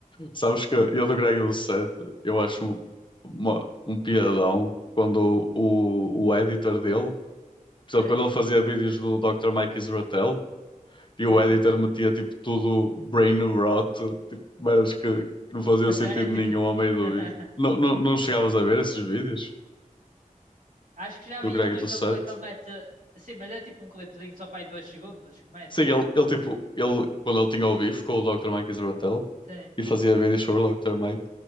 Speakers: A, on the left; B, on the right.
A: Sabes que eu do Greg do Set, eu acho um- uma, um piadão quando o, o o editor dele Por
B: sim,
A: exemplo, quando ele fazia vídeos do Dr. Mike Israel e
B: sim,
A: o editor
B: sim.
A: metia tipo tudo brain rot, tipo, merdas que, que não faziam
B: A
A: sentido
B: sério, tipo,
A: nenhum ao meio do
B: <laughs>
A: vídeo. Não, não, não chegavas a ver esses vídeos
B: acho que já
A: do
B: vi
A: Greg
B: um
A: do
B: em que
A: Set?
B: ele, em que ele mete, sim, mas é tipo um clipezinho só para aí dois segundos que mete,
A: Sim, ele, ele tipo, ele, quando ele tinha o beef com o Dr. Mike Israel
B: sim.
A: e fazia vídeos sobre o Dr. Mike,